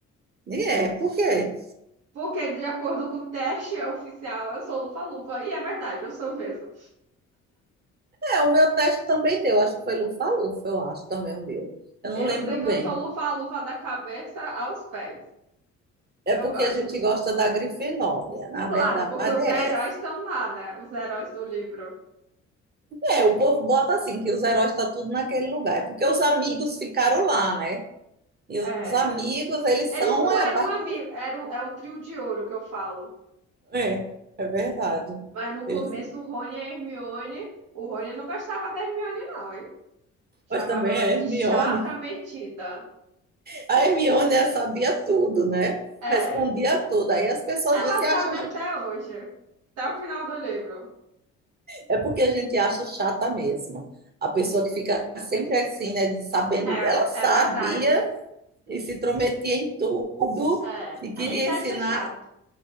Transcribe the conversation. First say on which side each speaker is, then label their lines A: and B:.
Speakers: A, on the right (about 30°); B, on the right (about 80°).
A: E é, por quê?
B: Porque, de acordo com o teste oficial, eu sou Lufa-Lufa. E é verdade, eu sou mesmo.
A: É, o meu teste também deu. Acho que foi Lufa-Lufa, eu acho também o meu. Eu não
B: Eu
A: lembro
B: sei que
A: bem.
B: eu sou luva-luva da cabeça aos pés.
A: É
B: Eu
A: porque
B: gosto
A: a gente
B: dos
A: gosta
B: lufanos.
A: da Grifinória. Na
B: Claro,
A: verdade,
B: porque os
A: é
B: heróis estão lá, né? Os heróis do livro.
A: É, o povo bota assim, que os heróis estão tudo naquele lugar. É porque os amigos ficaram lá, né? E
B: É.
A: os amigos, eles
B: Eles
A: são
B: não
A: é,
B: eram
A: a parte.
B: amigos, era o, é o trio de ouro que eu falo.
A: É, é verdade.
B: Mas no começo,
A: Eles...
B: o Rony e a Hermione. O Rony não gostava da Hermione, não, hein? Chamava
A: Mas também
B: ela
A: a
B: de
A: Hermione.
B: chata metida.
A: A Hermione ela sabia tudo, né?
B: É.
A: Respondia tudo. Aí as pessoas
B: Ela
A: às vezes
B: sabe
A: acham.
B: até hoje. Até o final do livro.
A: É porque a gente acha chata mesmo. A pessoa que fica sempre assim, né? de- Sabendo.
B: É,
A: Ela sabia
B: é verdade.
A: e se intrometia em tudo
B: É.
A: e queria
B: A gente acha
A: ensinar.
B: chato.